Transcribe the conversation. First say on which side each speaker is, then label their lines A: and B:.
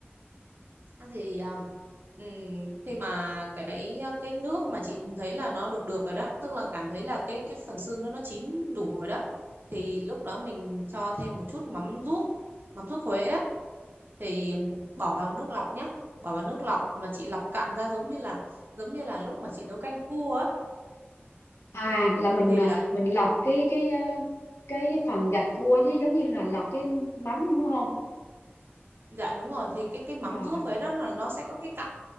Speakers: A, on the right; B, on the left.
A: À, thì um, ừm, khi mà cái cái nước mà chị thấy là nó được được rồi đó tức là cảm thấy là cái cái phần xương nó nó chín đủ rồi đó thì lúc đó mình cho thêm một chút mắm ruốc mắm ruốc Huế á thì bỏ vào nước lọc nhé bỏ vào nước lọc mà chị lọc cạn ra giống như là giống như là lúc mà chị nấu canh cua á
B: À là mình
A: thì
B: à,
A: là
B: mình lọc cái cái à, cái phần gạch cua chứ giống như là lọc cái mắm đúng không?
A: dạ đúng rồi thì cái cái mắm
B: Rồi
A: ruốc Huế đó là nó sẽ có cái cặn